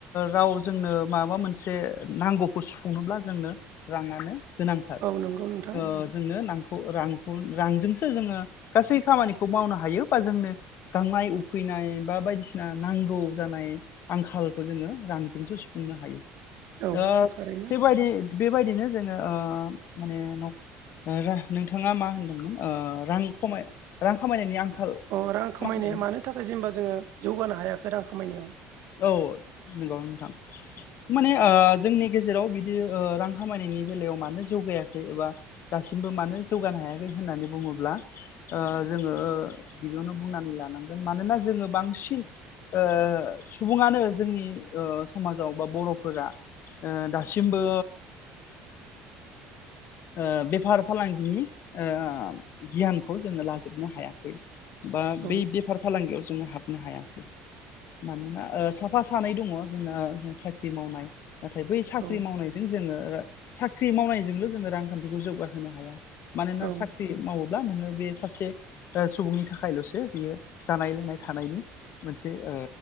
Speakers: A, on the left; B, on the right.
A: राव जोंनो माबा मोनसे। जे। नांगौखौ सुफुंनोब्ला जोंनो राङानो गोनांथार
B: औ नंगौ नोंथां
A: ओ जोंनो नखौ रांखौ रांजोंसो जोङो। गासै खामानिखौ मावनो हायो बा जोंनो गांनाय उखैनाय बा बायदिसिना नांगौ। जानाय आंखालखौ जोङो रांजोंसो सुफुंनो हायो।
B: औ
A: ओ
B: थारैनो।
A: बेबायदि बेबायदिनो जोङो ओ माने नख ओरो नोंथाङा मा होनदोंमोन आ रां। खमाय रां खामायनायनि आंखाल।
B: अ रां खामायनाया
A: मा होनदोंमोन
B: मानो थाखाय जेनेबा जोङो जौगानो हायाखै। गोदान खामायनायाव।
A: औ नंगौ नोंथां माने आ जोंनि गेजेराव बिदि ओ रां खामायनायनि बेलायाव मानो जौगायाखै एबा दासिमबो मानो जौगानो हायाखै होननानै बुङोब्ला ओ जोङो ओ गिबियावनो बुंनानै लानांगोन मानोना जोङो बांसिन ओ। सुबुङानो जोंनि ओ समाजाव बा बर'फोरा ओ दासिमबो। ओ बेफार फालांगिनि ओ गियानखौ जोङो लाजोबनो हायाखै। बा
B: औ
A: बै बेफार फालांगियाव। जो हाबनो हायाखै। मानोना ओ स। साफा सानै दङ जोंना ओ साख्रि मावनाय‌। नाथाय बै साख्रि
B: औ
A: मावनायजों जोङो। आरो साख्रि मावनायजोंनो जोङो रांखान्थिखौ जौगाहोनो हाया। मानोना
B: औ
A: साख्रि मावो ब्ला नोङो बे सासे ओ सुबुंनि थाखायल'सो बियो जानाय लोंनाय थानायनि मोनसे ओ